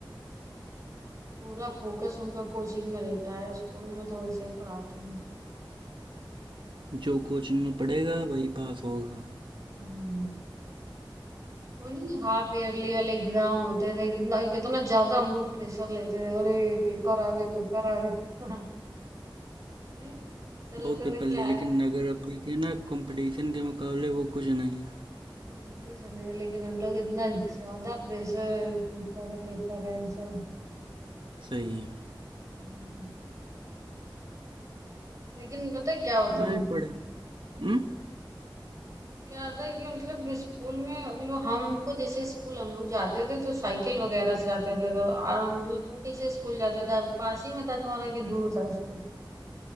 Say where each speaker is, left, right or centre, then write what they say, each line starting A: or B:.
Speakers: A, on the right; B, on the right.
A: पूरा फोकस उनका कोचिंग में रहता है स्कूल में तो ऐसे ही पढ़ाते हैं
B: जो कोचिंग में पढ़ेगा वही पास होगा
A: अभी वो नहीं हाफ ईयरली वाले एग्जाम होते थे कितना कितना ज्यादा हम लोग प्रेशर लेते थे अरे पेपर आ गए पेपर आ गए <laughs> नहीं, ऐसा
B: बहुत
A: लगता
B: पेपर
A: था क्या
B: ले
A: है
B: लेकिन नगर अवधि के ना कंपटीशन के मुकाबले वो कुछ नहीं है
A: हम्म, कुछ नहीं लेकिन हम लोग इतना ज्यादा प्रेशर पेपर है पेपर है ऐसा
B: सही में
A: हम्म, लेकिन पता है क्या होता
B: लड़ाई
A: है
B: पड़े हम्म
A: क्या होता है कि मतलब स्कूल में मतलब हमको जैसे स्कूल हम लोग जाते थे तो साइकिल वगैरह से जाते थे तो आ, मतलब तुम कैसे स्कूल जाते थे पास ही में था तुम्हारा कि दूर था स्कूल